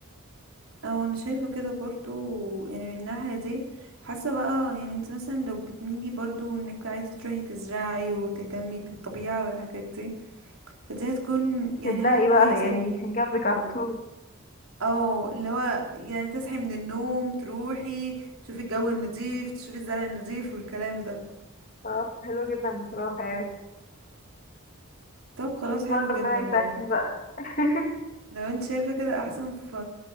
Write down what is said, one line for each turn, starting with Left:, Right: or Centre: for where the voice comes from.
Right: اه انا شايفة كده برضو يعني من الناحية دي حاسة بقى يعني انت مثلا لو بتميلي برضو انك عايزة تروحي تزرعي وتهتمي بالطبيعة والحاجات دي فدي هتكون يعني
Left: تبدأي
Right: حاجة كويسة
Left: بقى يعني
Right: ليكي
Left: <laughs> جنبك على طول
Right: او اللي هو يعني تصحي من النوم تروحي تشوفي الجو النظيف تشوفي الزرع النظيف والكلام ده
Left: آه، حلو جدا بصراحة يعني
Right: طب خلاص
Left: بس
Right: حلو
Left: ربنا
Right: جدا
Left: يسهل
Right: لو ان-
Left: بقى <laughs>
Right: لو انت شايفة كده احسن ف